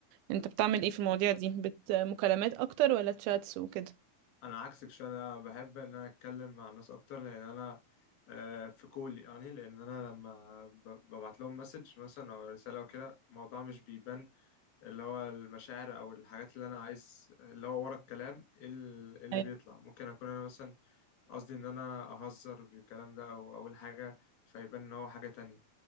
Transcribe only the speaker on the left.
انا عكسك شويه انا بحب ان انا اتكلم مع الناس اكتر لان انا آه، في كول يعني لان انا لما ب- ببعت لهم مسج مثلا او رساله او كده الموضوع مش بيبان اللي هو المشاعر او الحاجات اللي انا عايز اللي هو ورا الكلام إيه ال- إيه اللي
بيطلع ممكن اكون انا مثلا قصدي ان انا اهزر بالكلام ده او اقول حاجه فيبان ان هو حاجه تانية